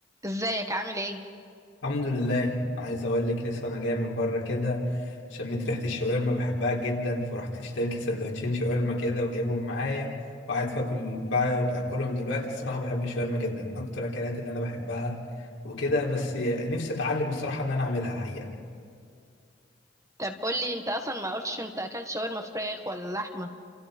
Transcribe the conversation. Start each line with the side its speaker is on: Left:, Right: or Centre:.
Right: ازيك عامل ايه
Left: الحمد لله عايز اقول لك لسه انا جاي من بره كده شميت ريحه الشاورما بحبها جدا فرحت اشتريت لي سندوتشين شاورما كده وجايبهم معايا وقاعد باكل بقى باكلهم دلوقتي الصراحه بحب الشاورما جدا من اكتر الاكلات اللي انا بحبها وكده بس نفسي اتعلم الصراحه ان انا اعملها الحقيقه
Right: طب قولي انت اصلا ما قلتش انت اكلت شاورما فراخ ولا لحمه